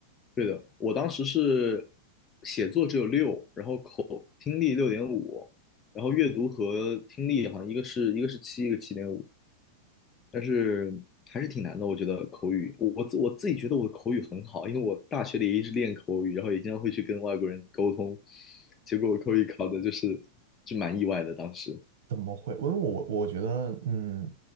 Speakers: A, on the left; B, on the right.
A: 对的。我当时是写作只有六，然后听力六点五，然后阅读和听力好像一个是一个是七，一个七点五，但是还是挺难的。我觉得口语，我我自我自己觉得我的口语很好，因为我大学里一直练口语，然后也经常会去跟外国人沟通，结果我口语考的就是就蛮意外的当时。
B: 怎么会？因为我我觉得，嗯，